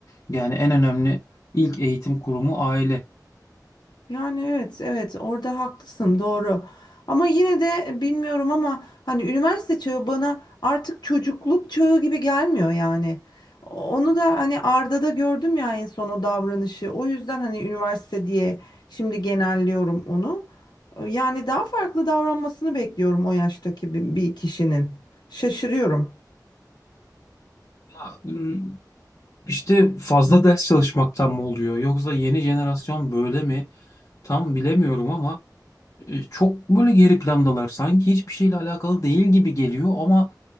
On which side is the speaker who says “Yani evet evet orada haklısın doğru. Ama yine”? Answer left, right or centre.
Left